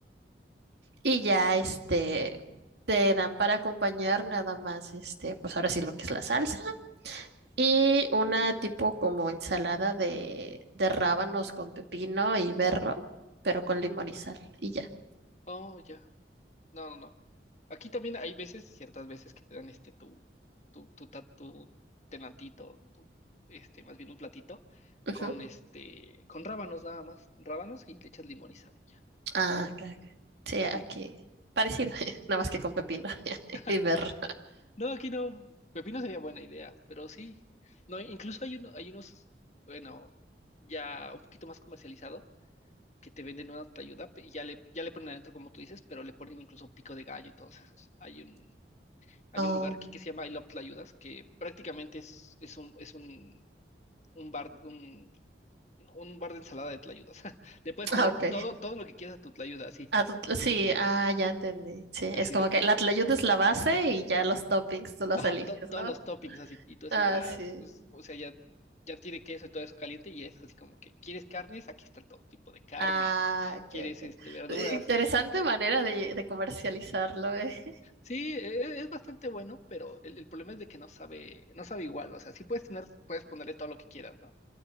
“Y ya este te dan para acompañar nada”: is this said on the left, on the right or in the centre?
Right